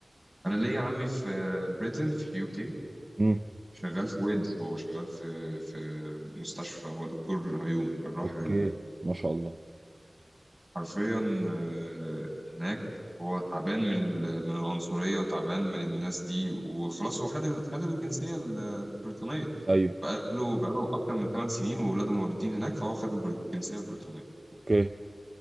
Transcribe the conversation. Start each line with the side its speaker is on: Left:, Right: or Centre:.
Centre: أنا ليا عمي في بريتن في يو كي
Right: امم
Centre: شغال في ويلز هو شغال في في مستشفى هو دكتور عيون جراح
Right: اوكي
Centre: عيون
Right: ما شاء الله
Centre: حرفيا آه، هناك هو تعبان من ال- من العنصرية وتعبان من الناس دي وخلاص هو خد ال- خد الجنسية ال- البريطانية
Right: ايوه
Centre: بقاله بقاله أكتر من 8 سنين وولاده مولودين هناك فهو خد البر- الجنسية البريطانية
Right: اوكي